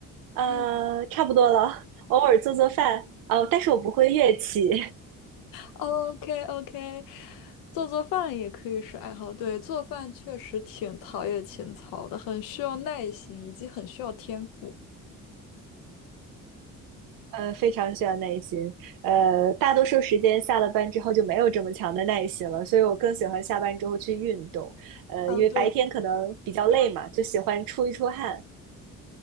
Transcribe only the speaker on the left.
嗯。
OK OK，做做饭也可以是爱好。对，做饭确实挺陶冶情操的，很需要耐心，以及很需要天赋。
啊，
对，